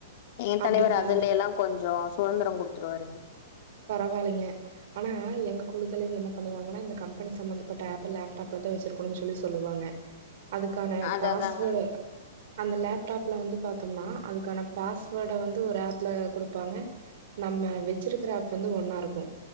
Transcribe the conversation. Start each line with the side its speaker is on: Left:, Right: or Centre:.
Left: எங்க
Right: அப்டிங்களா
Left: தலைவர் அதுல எல்லாம் கொஞ்சம் சுதந்திரம் கொடுத்துருவாருங்க
Right: பரவாயில்லைங்க ஆனா எங்க கூடத்துல இது என்ன பண்ணுவாங்கன்னா இந்த கம்பெனி சம்பந்தப்பட்ட ஆப் லேப்டாப்லதான் வச்சிருக்கணும்னு சொல்லி சொல்லுவாங்க அதுக்கான
Left: அத
Right: பாஸ்வேர்டு
Left: அதாங்க
Right: அந்த லேப ப்ல வந்து பா்த்தோம்னா அதுக்கான பாஸ்வேர்ட வந்து ஒரு ஆப்ல கொடுப்பாங்க நம்ம வச்சிருக்கப் வந்து ஒன்னா இருக்கும்